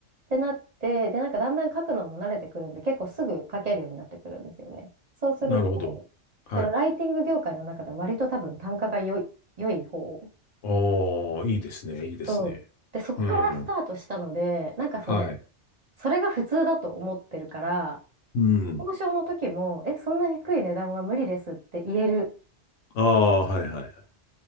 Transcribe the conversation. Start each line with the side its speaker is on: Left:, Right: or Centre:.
Right: てなって、で、なんかだんだん書くのも慣れてくるんで、結構すぐ書けるようになってくるんですよね。そうすると、
Left: なるほど。はい。
Right: そのライティング業界の中では割と多分単価が良い、良い方
Left: ああ、いいですね、いいですね。
Right: そう。で、そこからスタートしたので、
Left: うん。
Right: なんかその、
Left: はい。
Right: それが普通だと思ってるから、
Left: うん。
Right: 交渉の時も、え、そんな低い値段は無理ですって言える
Left: ああ、はい、はい、はい。